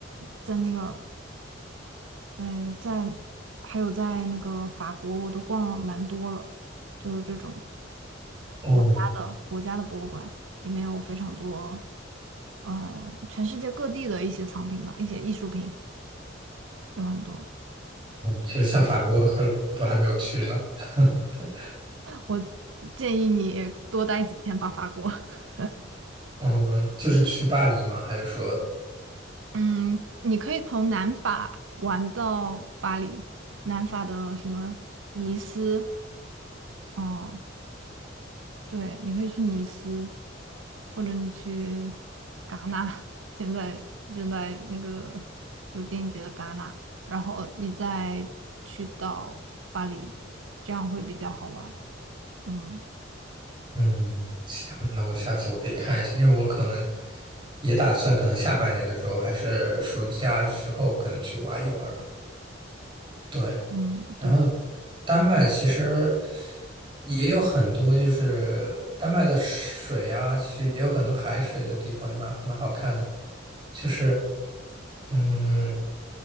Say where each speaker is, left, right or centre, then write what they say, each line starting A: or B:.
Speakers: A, on the right; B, on the right.
A: 在那个呃，在还有在那个法国，我都逛了蛮多了，就是这种。
B: 哦，
A: 国家的国家的博物馆，里面有非常多，呃，全世界各地的一些藏品吧，一些艺术品有很多。
B: 嗯其实像法国和我都还没有去呢。<laughs>
A: 我建议你多待几天吧，法国。<laughs>
B: 嗯，就是去巴黎吗？还是说，
A: 嗯，你可以从南法玩到巴黎，南法的什么尼斯，嗯，对，你可以去尼斯，或者你去戛纳，<laughs> 现在正在那个有电影节的戛纳，然后你再去到巴黎，这样会比较好玩儿。嗯
B: 嗯，行，那我下次我可以看一下，因为我可能也打算，可能下半年的时候，还是暑假之后，可能去玩一玩吧。对，
A: 嗯，
B: 然后
A: 对，
B: 丹麦其实也有很多，就是丹麦的水啊，其实也有很多海水的地方，也蛮蛮好看的。就是，嗯。